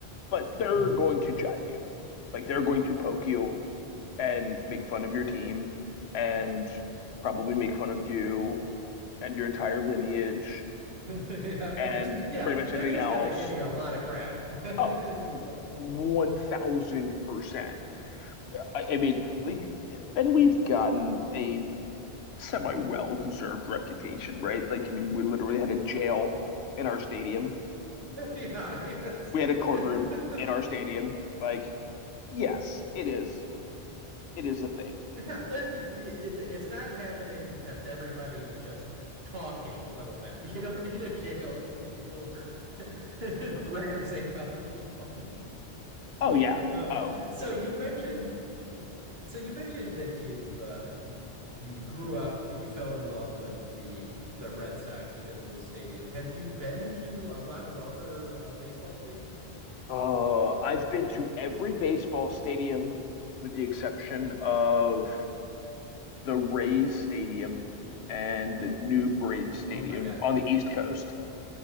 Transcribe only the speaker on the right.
Mhm.
<laughs> Yeah.
<laughs> Yeah,
they're
just
gonna give you a lot of crap. <laughs> They're
gonna give you a lot of crap.
<laughs>
Yeah, yes.
<laughs>
<laughs> Yeah, there, it, it's not happening because everybody is just talking a little bit. <laughs> You don't need a jail because people were <laughs> razzing other people.
<laughs>
uh,
so you mentioned, so you mentioned that you've uh, you you grew up and you fell in love with the the Red Sox because of the stadium. Have you been to a lot of other uh, baseball stadiums?
Oh my God,